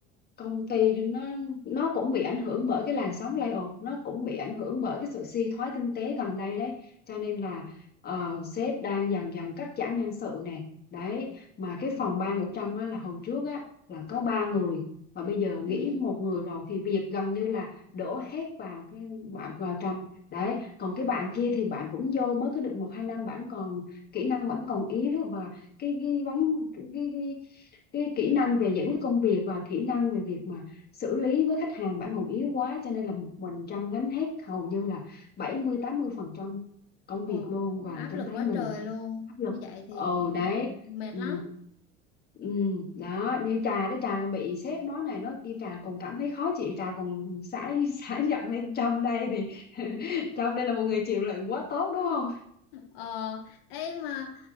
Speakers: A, on the left (about 35°); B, on the left (about 80°).
A: công ty nó nó cũng bị ảnh hưởng bởi cái làn sóng layoff nó cũng bị ảnh hưởng bởi cái sự suy thoái kinh tế gần đây đấy cho nên là ờ, sếp đang dần dần cắt giảm nhân sự nè đấy mà cái phòng ban của Trâm á, là hồi trước á là có ba người mà bây giờ
B: ừ,
A: nghĩ một người rồi thì việc gần như là đổ hết vào cái bạn vào Trâm đấy còn cái bạn kia thì bạn cũng vô mới có được một hai năm bạn còn kỹ năng vẫn còn yếu và cái cái vấn cái, cái, cái
B: ừ.
A: kỹ năng về giải quyết công việc và kỹ năng về việc mà xử lý với khách hàng bạn còn yếu quá cho nên là một mình Trâm gánh hết hầu như là bảy mươi tám mươi phần trăm công
B: Ồ,
A: việc luôn và
B: áp
A: Trâm
B: lực
A: thấy
B: quá
A: mình
B: trời luôn.
A: áp lực
B: Như vậy thì
A: ừ đấy
B: ừ, mệt
A: ừ.
B: lắm.
A: Ừ, đó như trà đó trà còn bị sếp nói này nói kia trà còn cảm thấy khó chịu trà còn <laughs> xả xả giận lên Trâm đây thì <laughs> Trâm đây là một người chịu đựng quá tốt đúng không
B: Ờ, em mà